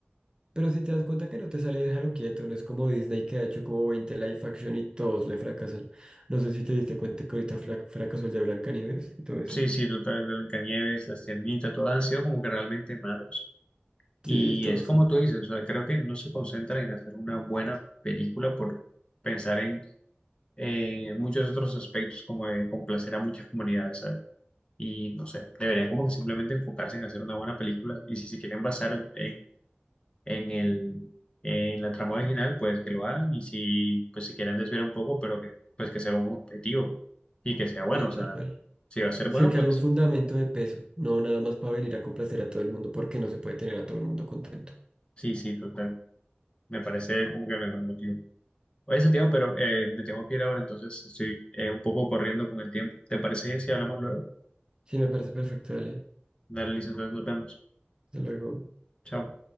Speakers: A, on the right; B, on the left.
A: pero si te das cuenta que no te sale, déjalo quieto, no es como Disney que ha hecho como 20 live action y todos le fracasan. No sé si te diste cuenta que ahorita frac- fracasó el de Blancanieves y todo eso.
B: Sí, sí, total. El Blancanieves, La Sirenita, todas han sido como que realmente malos. Y
A: Sí, todos,
B: es como tú dices, o sea, creo que no se concentran en hacer una buena película por pensar en eh, muchos otros aspectos como de complacer a muchas comunidades, ¿sabes? Y no sé, deberían como que simplemente enfocarse en hacer una buena película y si se quieren basar en en el, en la trama original, pues que lo hagan y si pues se quieren desviar un poco, pero que pues que sea un objetivo y que sea bueno,
A: sí,
B: o
A: tal
B: sea,
A: cual.
B: si va a ser
A: Se
B: bueno,
A: cayó
B: pues
A: un fundamento de peso, no nada más para venir a complacer a todo el mundo, porque no se puede tener a todo el mundo contento.
B: sí, sí, total, me parece como que el mejor motivo. Oye, Santiago, pero eh, me tengo que ir ahora, entonces estoy eh, un poco corriendo con el tiempo. ¿Te parece bien si hablamos luego?
A: Sí, me parece perfecto, dale.
B: Dale, listo, entonces nos vemos.
A: Hasta luego.
B: Chao.